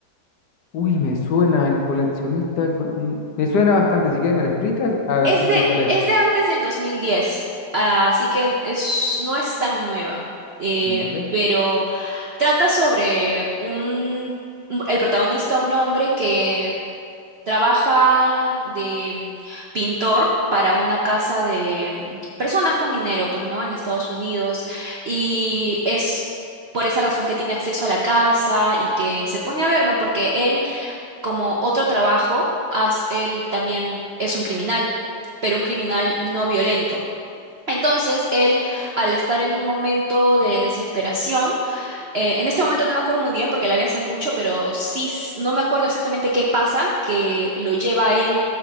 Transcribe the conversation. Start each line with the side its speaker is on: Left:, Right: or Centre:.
Left: Uy, me suena el coleccionista, el col- mm, me suena bastante, si quieres me lo explicas, a ver
Right: Es
Left: si
Right: de,
Left: sé cuál es,
Right: es de antes del 2010, ah, así que es, no es tan nueva, eh,
Left: ¿vale?
Right: pero trata sobre un, un- el protagonista, un hombre que Trabaja de mm, pintor para una casa de mm, personas con dinero, pues, ¿no? En Estados Unidos. Y es por esa razón que tiene acceso a la casa y que se pone a ver, ¿no? Porque él, como otro trabajo, as- él también es un criminal, pero un criminal no violento. Entonces, él, al estar en un momento de desesperación, eh, en este momento no me acuerdo muy bien porque la vi hace mucho, pero sí, s- no me acuerdo exactamente qué pasa que lo lleva a él